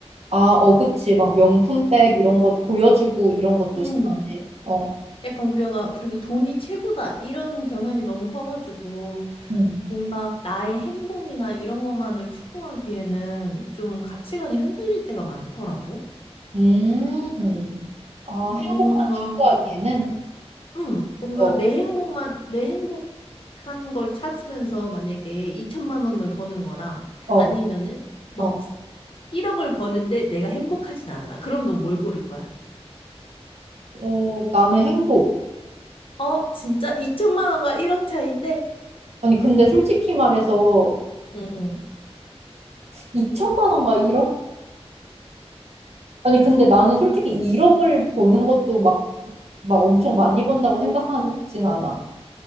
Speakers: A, on the right; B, on the left.
A: 아, 어, 그치. 막 명품백 이런 것 보여주고 이런 것도
B: 응.
A: 싫어하지. 어,
B: 약간 우리가, 그리고 돈이 최고다, 이런 경향이 너무 커가지고,
A: 음.
B: 뭔가 나의 행복이나 이런 것만을 추구하기에는 좀 가치관이 흔들릴 때가 많더라고.
A: 음. 아,
B: 뭔가
A: 행복만 추구하기에는?
B: 응, 뭔가
A: 어,
B: 내 행복만, 내 행복한 걸 찾으면서 만약에 2천만 원을 버는 거랑
A: 어,
B: 아니면은 막
A: 어.
B: 1억을 버는데 내가 행복하진 않아. 그럼 넌 뭘 고를 거야?
A: 어, 나는 행복.
B: 어, 진짜 2천만 원과 1억 차이인데?
A: 아니, 근데 솔직히 말해서
B: 응, 응.
A: 2천만 원과 1억? 아니, 근데 나는 솔직히 1억을 버는 것도 막, 막 엄청 많이 번다고 생각하진 않아.